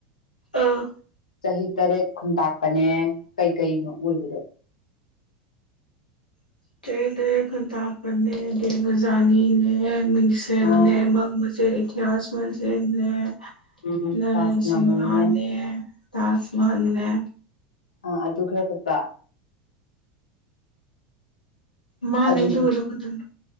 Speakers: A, on the left; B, on the left.
A: ꯑꯥ
B: ꯆꯍꯤ ꯇꯔꯦꯠ ꯈꯨꯟꯇꯥꯛꯄꯅꯦ ꯀꯩꯀꯩꯅꯣ ꯑꯣꯏꯕꯗꯣ
A: ꯏꯁꯇꯦꯇ ꯈꯟꯇꯥꯞ ꯄ꯭ꯔꯗꯦ ꯗ ꯔꯖꯅꯤꯅꯦ ꯃꯤꯡꯁꯦꯜꯅꯦ
B: ꯑꯣ
A: ꯃ ꯃꯁ ꯏꯇꯤꯍꯥꯁ ꯃꯁꯠꯅꯦ
B: ꯎꯝ
A: ꯅꯔꯟ
B: ꯇꯥꯖ
A: ꯁꯤꯟꯍꯥꯅꯦ
B: ꯃꯍꯜꯅꯦ
A: ꯇꯥꯖ ꯃꯍꯍꯜꯅꯦ
B: ꯑ ꯑꯗꯨ ꯈꯔ ꯈꯛꯇ
A: ꯃꯥꯅꯦꯗ
B: ꯑꯗꯨ
A: ꯍꯔꯣ ꯈꯣꯗꯅ